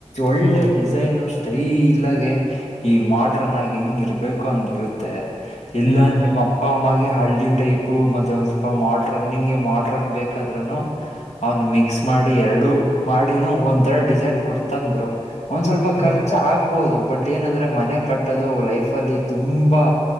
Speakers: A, on the left (about 90°); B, on the left (about 70°).
A: ಒಳ್ಳೆ
B: ಹ್ಮ್
A: ಡಿಸೈನ್ ಈ ಇಲ್ಲಾಗೆ ಈ ಮಾಡ್ರನ್ ಆಗಿ ಹೆಂಗಿರ್ಬೇಕೋ ಹಂಗ ಇರುತ್ತೆ ಇಲ್ಲ
B: ಹ್ಮ್ ಬ್ರೋ
A: ನಿಮ್ಮ ಅಪ್ಪ ಅಮ್ಮಗೆ ಹಳ್ಳಿ ಟೈಪ್ ಮತ್ತೆ ಒಂದ್ ಸ್ವಲ್ಪ ಮ್ರನ್ ನಿಂಗೆ ಮ್ರನ್ ಬೇಕಂದ್ೂನು ಅವನು ಮಿಕ್ಸ್ ಮಾಡಿ ಮಾಡಿ ಎರಡು ಮಾಡಿನೂ ಒಂರ ಡಿಸೈನ್ ಕೊಡ್ತಂದರು ಒಂದ್ ಸ್ವಲ್ಪ
B: ಹ್ಮ್
A: ಖರ್ಚ ಆಗ್ಬಹುದು ಬಟ್ ಏನಂದ್ರೆ ಮನೆ ಕಟ್ಟೋದು ಲೈಫ್ ಅಲ್ಲಿ ತುಂಬಾ